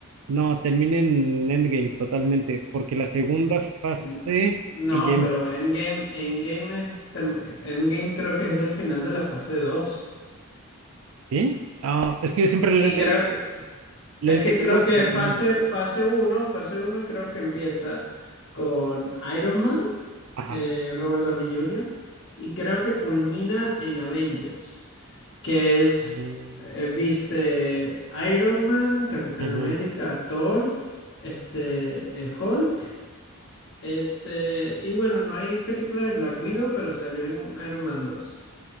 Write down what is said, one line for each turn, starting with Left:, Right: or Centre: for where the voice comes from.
Right: No, termina en Endgame totalmente, porque la segunda fase
Left: N- No,
Right: y ya, em-
Left: pero Endgame, Endgame es, term- Endgame creo que es el final de la fase 2.
Right: ¿sí? Ah, es que yo siempre lo
Left: Sí,
Right: he medido,
Left: creo que,
Right: lo
Left: es
Right: he
Left: que
Right: medido
Left: creo que
Right: según
Left: fase,
Right: el caso.
Left: fase uno, fase uno creo que empieza con Iron Man,
Right: Ajá.
Left: eh, Robert Downey Jr., y creo que culmina en Avengers, que es,
Right: Mm,
Left: eh, viste, Iron Man, Capitán
Right: ujú,
Left: América, Thor, este, eh, Hulk. Este, y bueno, no hay película de Black Widow, pero salió en Iron Man dos